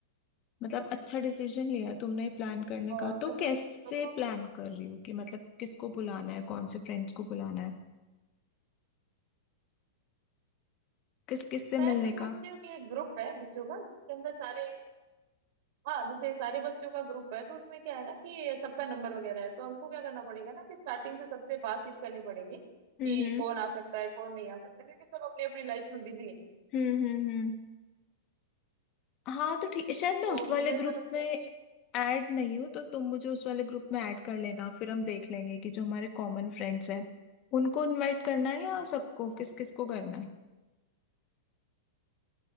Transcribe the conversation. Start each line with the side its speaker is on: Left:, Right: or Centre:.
Left: मतलब अच्छा डिसीजन लिया है तुमने प्लान करने
Right: और
Left: का तो
Right: वैसे
Left: कैसे
Right: तुमको
Left: प्लान कर रही हो कि मतलब किसको बुलाना है कौन से फ्रेंड्स को बुलाना है किस किस से
Right: मैं
Left: मिलने
Right: तो सोच
Left: का
Right: रही हूँ कि एक ग्रुप है बच्चों का जिसके अंदर सारे हाँ जैसे सारे बच्चों का ग्रुप है तो उसमें क्या है ना कि सबका नंबर वगैरह है तो हमको क्या करना पड़ेगा ना कि स्टार्टिंग से सबसे बातचीत करनी पड़ेगी
Left: हम्म
Right: कि
Left: हम्म
Right: कौन आ सकता है कौन नहीं आ सकता क्योंकि सब अपनी अपनी लाइफ में बिजी है
Left: हम्म हम्म हम्म। हाँ तो ठीक शायद मैं
Right: तो
Left: उस
Right: मुझे
Left: वाले ग्रुप
Right: ऐसा लगता
Left: में
Right: है कि
Left: ऐड नहीं हूँ तो तुम मुझे उस वाले ग्रुप में ऐड कर लेना फिर हम देख लेंगे कि जो हमारे कॉमन फ्रेंड्स हैं उनको इनवाइट करना है या सबको किस किस को करना है